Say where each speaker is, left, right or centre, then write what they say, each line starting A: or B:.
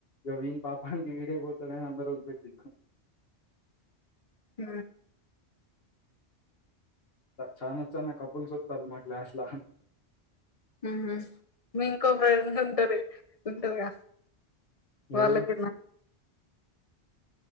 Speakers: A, on the left; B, on the left.
A: గవీన్ పాపానికి వీడే పోతాడని అందరూ వదిలి పెట్టిండు
B: ఉ
A: చాలా చానా కపుల్స్ వస్తారు అనమాట లాస్ట్ లో
B: ఉహు మీ ఇంకో ఫ్రెండ్ ఉంటది ఉంటుంది గా వాళ్ళకు
A: ఎవలు